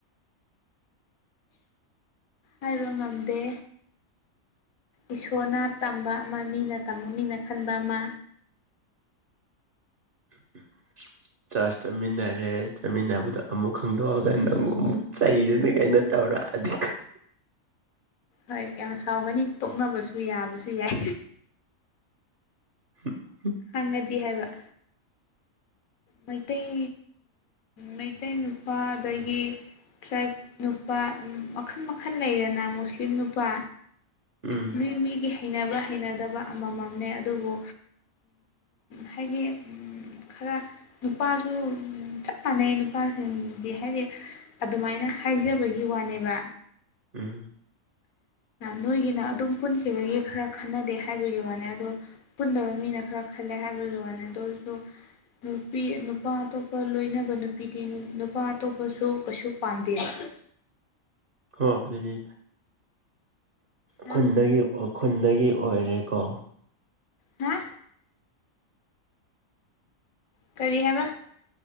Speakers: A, on the left; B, on the right.
A: ꯍꯥꯏꯕ ꯉꯝꯗꯦ ꯏꯁꯣꯔꯅꯥꯠ ꯇꯝꯕ ꯑꯃ ꯃꯤꯅ ꯇꯝꯕ ꯃꯤꯅ ꯈꯟꯕ ꯑꯃ
B: <unintelligible> ꯆꯔꯆ ꯆꯠꯃꯤꯟꯅꯔ꯭ꯔꯦ ꯆꯠꯃꯤꯟꯅꯕꯗ ꯑꯃꯨꯛ ꯈꯪꯗꯣꯛꯑꯒ ꯅꯪꯛ ꯑꯃꯨꯛ ꯆꯩꯔꯅꯤ ꯀꯥꯏꯅ ꯇꯧꯔꯗꯤ
A: ꯍꯣꯏ ꯌꯥꯝ ꯁꯥꯎꯒꯅꯤ ꯇꯣꯛꯅꯕꯁꯨ ꯌꯥꯕꯁꯨ ꯌꯥꯏ
B: ꯍ
A: ꯍꯪꯉꯗꯤ ꯍꯥꯏꯕ ꯃꯩꯇꯩ ꯃꯩꯇꯩ ꯅꯨꯄꯥ ꯑꯗꯒꯤ ꯇ꯭ꯔꯥꯏꯞ ꯅꯨꯄꯥ ꯃꯈꯜ ꯃꯈꯜ ꯂꯩꯗꯅ ꯃꯨꯁꯂꯤꯝ ꯅꯨꯄꯥ
B: ꯎꯝ
A: ꯃꯤ ꯃꯤꯒꯤ ꯍꯩꯅꯕ ꯍꯩꯅꯗꯕ ꯑꯃꯃꯝꯅꯦ ꯑꯗꯨꯕꯨ ꯍꯥꯏꯗꯤ ꯈꯔ ꯅꯨꯄꯥꯁꯨ ꯆꯞ ꯃꯥꯟꯅꯩ ꯅꯨꯄꯥꯁꯤꯡꯗꯤ ꯍꯥꯏꯗꯤ ꯑꯗꯨꯃꯥꯏꯅ ꯍꯥꯏꯖꯕꯒꯤ ꯋꯥꯅꯦꯕ
B: ꯎꯝ
A: ꯅꯣꯏꯒꯤꯅ ꯑꯗꯨꯝ ꯄꯨꯟꯈꯤꯕꯒꯤ ꯈꯔ ꯈꯟꯅꯗꯦ ꯍꯥꯏꯕꯒꯤ ꯋꯥꯅꯦ ꯑꯗꯣ ꯄꯨꯟꯗꯕ ꯃꯤꯅ ꯈꯔ ꯈꯜꯂꯦ ꯍꯥꯏꯕꯗꯨ ꯂꯨꯅꯤ ꯑꯗꯨ ꯑꯣꯏꯁꯨ ꯅꯨꯄꯤ ꯅꯨꯄꯥ ꯑꯇꯣꯞꯄ ꯂꯣꯏꯅꯕ ꯅꯨꯄꯤꯗꯤ ꯅꯨꯄꯥ ꯑꯇꯣꯞꯄꯁꯨ ꯀꯩꯁꯨ ꯄꯥꯟꯗꯦꯕ
B: ꯍꯣ ꯑꯗꯨꯗꯤ
A: ꯍꯥ
B: ꯈꯨꯟꯗꯒꯤ ꯎꯈ꯭ꯔꯨꯜꯗꯒꯤ ꯑꯣꯏꯔꯦꯀꯣ
A: ꯍꯥ ꯀꯔꯤ ꯍꯥꯏꯕ